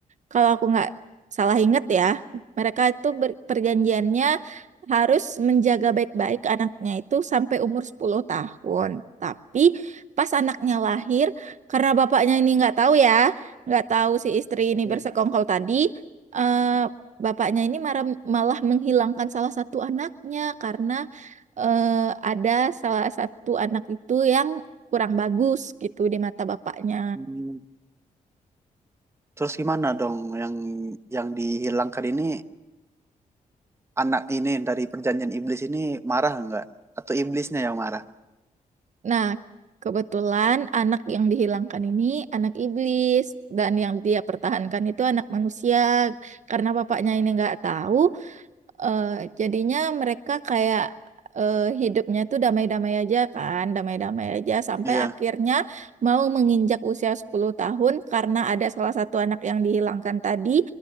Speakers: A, on the right; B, on the right.
A: kalau aku nggak salah ingat ya, mereka itu ber- perjanjiannya harus menjaga baik-baik anaknya itu sampai umur 10 tahun. Tapi pas anaknya lahir, karena bapaknya ini nggak tahu ya, nggak tahu si istri ini
B: iya.
A: bersekongkol tadi, eh, bapaknya ini marah- malah menghilangkan salah satu anaknya karena eh, ada salah satu anak itu yang kurang bagus gitu di mata bapaknya.
B: Hmm, Terus gimana dong yang yang dihilangkan ini anak ini dari perjanjian iblis ini marah nggak? Atau iblisnya yang marah?
A: Nah, kebetulan anak yang dihilangkan ini anak iblis dan yang dia pertahankan itu anak manusia. Karena bapaknya ini nggak tahu, eh, jadinya mereka kayak eh, hidupnya tuh damai-damai aja kan, damai-damai aja sampai
B: Iya.
A: akhirnya mau menginjak usia sepuluh tahun karena ada salah satu anak yang dihilangkan tadi,